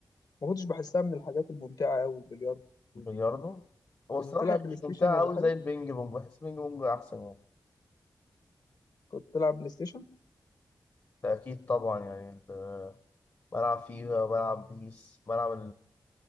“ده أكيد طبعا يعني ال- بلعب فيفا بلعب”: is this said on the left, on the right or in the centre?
Left